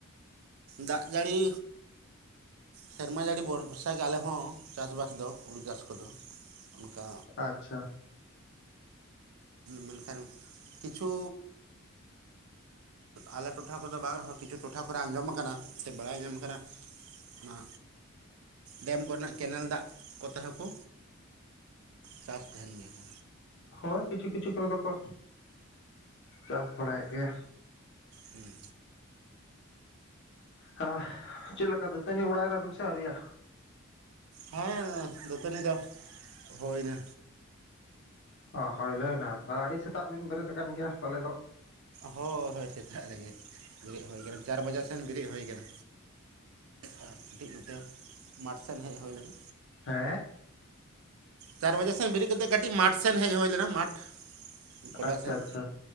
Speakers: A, on the right; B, on the left.
A: ᱫᱟᱜ ᱡᱟᱹᱲᱤ ᱥᱮᱨᱢᱟ ᱡᱟᱹᱲᱤ ᱵ ᱵᱷᱚᱨᱥᱟ ᱜᱮ ᱟᱞᱮ ᱦᱚᱸ ᱪᱟᱥᱵᱟᱥ ᱫᱚ ᱦᱩᱲᱩ ᱪᱟᱥ ᱠᱚᱫᱚ ᱚᱱᱠᱟ
B: ᱟᱪᱪᱷᱟ
A: ᱢᱮᱱᱠᱷᱟᱱ ᱠᱤᱪᱷᱩ ᱟᱞᱮ ᱴᱚᱴᱷᱟ ᱠᱚᱫᱚ ᱵᱟᱝ ᱨᱮᱦᱚᱸ ᱠᱤᱪᱷᱩ ᱴᱚᱴᱷᱟ ᱠᱚᱨᱮ ᱟᱸᱡᱚᱢ ᱟᱠᱟᱱᱟ ᱥᱮ ᱵᱟᱲᱟᱭ ᱧᱟᱢ ᱟᱠᱟᱱᱟ ᱚᱱᱟ ᱰᱮᱢ ᱠᱚᱨᱮᱱᱟᱜ ᱠᱮᱱᱮᱞ ᱫᱟᱜ ᱠᱚᱛᱮ ᱦᱚᱸᱠᱚ ᱪᱟᱥ ᱛᱟᱦᱮᱱ ᱜᱮᱭᱟ ᱠᱚ
B: ᱦᱳᱭ ᱠᱤᱪᱷᱩ ᱠᱤᱪᱷᱩ ᱠᱚᱨᱮ ᱫᱚᱠᱚ ᱪᱟᱥ ᱵᱟᱲᱟᱭᱮᱫ ᱜᱮᱭᱟ
A: ᱦᱮᱸ
B: ᱦᱟ ᱪᱮᱫᱠᱟ ᱫᱟᱹᱛᱟᱹᱱᱤ ᱵᱟᱲᱟᱭᱱᱟᱵᱤᱱ ᱥᱮ ᱟᱹᱣᱨᱤᱭᱟ
A: ᱦᱮᱸ ᱫᱟᱹᱛᱟᱹᱱᱤ ᱫᱚ ᱦᱩᱭᱱᱟ
B: ᱚ ᱦᱳᱭ ᱞᱟᱹᱭ ᱢᱮ ᱟᱹᱰᱤ ᱥᱮᱛᱟᱜ ᱨᱮᱵᱤᱱ ᱵᱮᱨᱮᱫ ᱟᱠᱟᱱ ᱜᱮᱭᱟ ᱯᱟᱞᱮᱫ ᱫᱚ
A: ᱦᱳᱭ ᱦᱳᱭ ᱥᱮᱛᱟᱜ ᱨᱮᱜᱮ ᱵᱮᱨᱮᱫ ᱦᱩᱭ ᱟᱠᱟᱱᱟ ᱪᱟᱨ ᱵᱟᱡᱟᱜ ᱥᱮᱱ ᱵᱮᱨᱮᱫ ᱦᱩᱭ ᱟᱠᱟᱱᱟ ᱟᱨ ᱠᱟᱹᱴᱤᱡ ᱱᱳᱴᱮᱞ ᱢᱟᱴᱷ ᱥᱮᱱ ᱦᱮᱡ ᱦᱩᱭ ᱞᱮᱱᱟ
B: ᱦᱮᱸ
A: ᱪᱟᱨ ᱵᱟᱡᱮ ᱥᱮᱱ ᱵᱮᱨᱮᱫ ᱠᱟᱛᱮᱮᱫ ᱠᱟᱹᱴᱤᱡ ᱢᱟᱴᱷ ᱥᱮᱱ ᱦᱮᱡ ᱦᱩᱭ ᱞᱮᱱᱟ ᱢᱟᱴᱷ ᱜᱚᱰᱟ
B: ᱟᱪᱪᱷᱟ
A: ᱥᱮᱱ
B: ᱟᱪᱪᱷᱟ